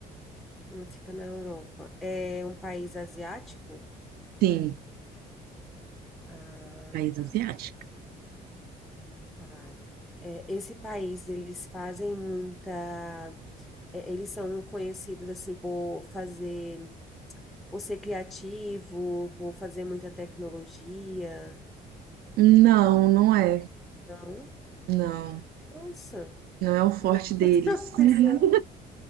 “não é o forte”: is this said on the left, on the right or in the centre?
Right